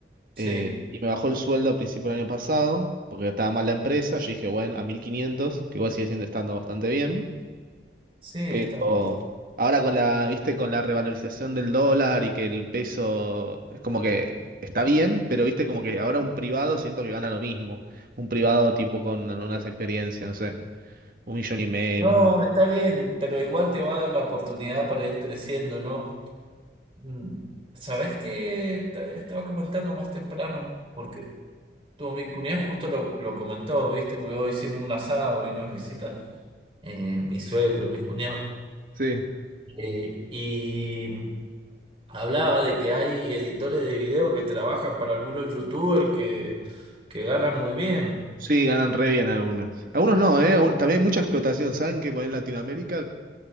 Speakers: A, on the right; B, on the right.
A: eh,
B: Sí,
A: y me bajó el sueldo a principio del año pasado, porque estaba mal la empresa. Yo dije, bueno, a 1500, que igual sigue siendo estando bastante bien.
B: sí, estando
A: Pero
B: bastante.
A: ahora con la, viste, con la revalorización del dólar y que el peso es como que está bien, pero viste, como que ahora un privado siento que gana lo mismo. Un privado tipo con unas experiencias, no sé, un millón y medio,
B: No,
A: cosas así.
B: está bien, pero igual te va a dar la oportunidad para ir creciendo, ¿no? Mm. ¿Sabés qué? Te- Estaba comentando más temprano, porque tu, mi cuñado justo lo, lo comentó, ¿viste? Porque hoy hicimos un asado, vino a visitar eh, mi suegro y mis cuñados.
A: Sí,
B: Eh, y Hablaba de que hay editores de video que trabajan para algunos youtubers que, que ganan muy bien.
A: sí, ganan re bien algunos. Algunos no, ¿eh? Aún- También hay mucha explotación, ¿saben? Que pues, en Latinoamérica